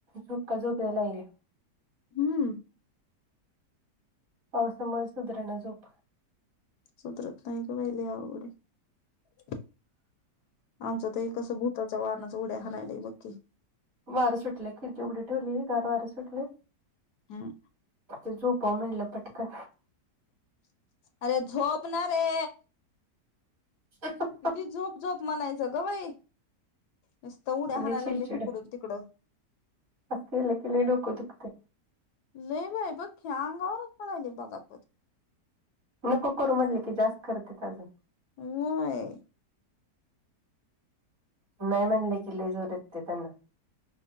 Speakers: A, on the right (about 50°); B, on the left (about 75°).
A: झोप का झोप यायलागल्या.
B: हम्म.
A: पावसामुळं सुधरना झोप.
B: सुधरत नाही ग बाई लई अवघड ये. आमचं त ये कसं भुताच वाहनाच उड्या हानायलय बक्की.
A: वार सुटलय खिडकी उघडी ठेवली गार वार सुटलय.
B: हम्म
A: इथं झोपाव म्हणलं पटकन.
B: अरे झोप ना रे.
A: हं ह.
B: किती झोप झोप म्हणायचं ग बाई. नुसतं उड्या हानाय
A: लई चिडचिड
B: लागलय हिकडून तिकडं.
A: असं केलं की लई डोकं दुखतय
B: लई बाई बघ की अंगावरच पडायलय बगापच.
A: नको करू म्हटले की जास्त करतात अगं.
B: वय.
A: नाई म्हंटल की लई जोर येतंय त्यांना.